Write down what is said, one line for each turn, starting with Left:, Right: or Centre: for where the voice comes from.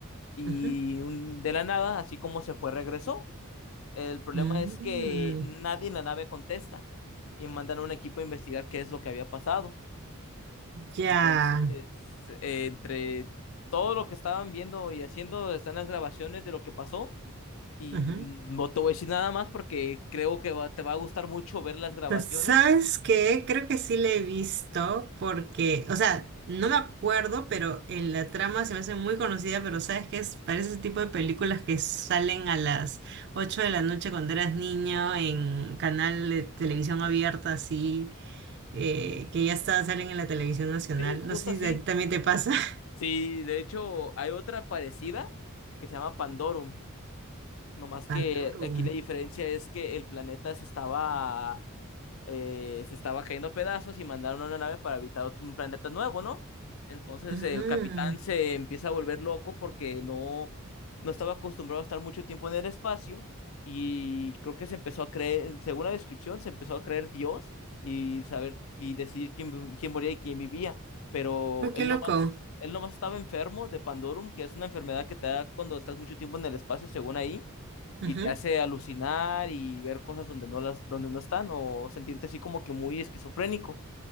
Left: y
Right: ujú.
Left: un- de la nada, así como se fue, regresó. El problema
Right: Mm,
Left: es que nadie en la nave contesta y mandan a un equipo a investigar qué es lo que había pasado.
Right: ya.
Left: Entonces, eh, entre todo lo que estaban viendo y haciendo, están las grabaciones de lo que pasó. Y
Right: ujú.
Left: mm, no te voy a decir nada más porque creo que va- te va a gustar mucho ver las grabaciones.
Right: Pues, ¿Sabes qué? Creo que sí le he visto porque, o sea, no me acuerdo, pero en la trama se me hace muy conocida, pero ¿sabes qué? Es, parece ese tipo de películas que salen a las 8 de la noche cuando eras niño en canal de televisión abierta, así. eh, que ya está, salen en la televisión nacional.
Left: Sí, justo
Right: No sé
Left: así.
Right: si a ti también te pasa. <laughs>
Left: Sí, de hecho, hay otra parecida que se llama Pandorum. Nomás que
Right: Pandoro.
Left: aquí la diferencia es que el planeta se estaba eh, se estaba cayendo a pedazos y mandaron una nave para habitar otro- un planeta nuevo, ¿no? Entonces
Right: Ah,
Left: el capitán se empieza a volver loco porque no, no estaba acostumbrado a estar mucho tiempo en el espacio y creo que se empezó a creer, según la descripción, se empezó a creer Dios y saber y decidir quién, quién moría y quién vivía, pero
Right: oh,
Left: él
Right: qué loco.
Left: nomás, él nomás estaba enfermo de Pandorum, que es una enfermedad que te da cuando estás mucho tiempo en el espacio, según ahí
Right: Ujú,
Left: y te hace alucinar y ver cosas donde no las, donde no están o sentirte así como que muy esquizofrénico.